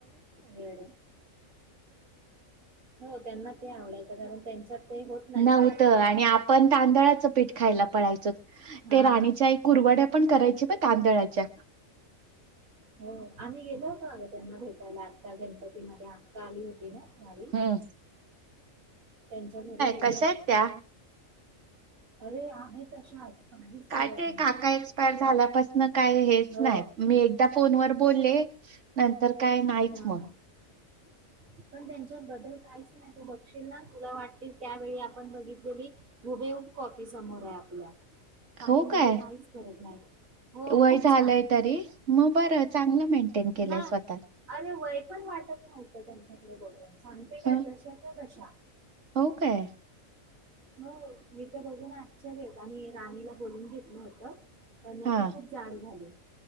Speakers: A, on the right; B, on the right.
A: व हो त्यांना ते आवडायचं कारण त्यांच्यात ते होत नाही
B: नव्हत
A: ना जास्त
B: आणि आपण तांदळाचं पीठ खायला पडयचं
A: हा
B: ते राणीच्या कुरवड्या पण करायचे ब तांदळाच्या
A: हो आम्ही गेलो होतो अगं त्यांना भेटायला आता गणपतीमध्ये आक्क आली होती ना मावी
B: ह
A: त्यांच्या घरी गेल्या
B: कशा
A: होत
B: आहेत त्या?
A: अरे आहे तशाच काहीच
B: काय
A: फरक
B: ते
A: नाही
B: काका एक्सपायर
A: काय
B: झाल्यापासन काय हेच
A: हो
B: नाही मी त्या फोनवरर बोलले नंतर काय नाहीच
A: हा
B: मग
A: हा <inaudible> पण त्यांच्यात बदल काहीच नाही तू बघशील ना तुला वाटतील त्यावेळी आपण बघितलेली हुबेहूब कॉपी समोर आहे आपल्या काही
B: हो
A: म्हणजे
B: काय
A: काहीच करत नाही हो
B: वय
A: खूप
B: झालंय
A: छान
B: तरी मग बर चांगलं मेंटेन केलंय
A: ना
B: स्वतः
A: अरे वय पण वाटत नव्हतं त्यांच्याकडे बघवून सांगते काय
B: ह
A: जशा का तशा
B: हो काय
A: हो मी तर बघून आज्च्या घेत आणि राणीला बोलून घेतलं होतं पण
B: हा
A: ती खूप जाड झाली